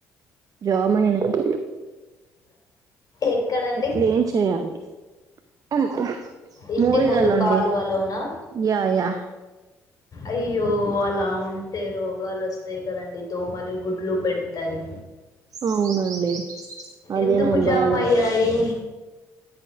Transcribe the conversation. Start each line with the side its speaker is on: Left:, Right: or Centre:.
Right: జామైనది.
Left: ఎక్కడండి
Right: ఏట్లా ఏం చేయాలి. అమ్మ.
Left: ఇంటి
Right: మూరీలలో
Left: ముందు కల్వలోనా.
Right: అండి యా యా
Left: అయ్యో అలా ఉంటే రోగాలు వస్తాయి కదండీ. దోమలు, గుడ్లు పెడతాయి.
Right: అవునండి, అదే
Left: ఎందుకు
Right: నా
Left: జామ్
Right: బాధ.
Left: అయ్యాయి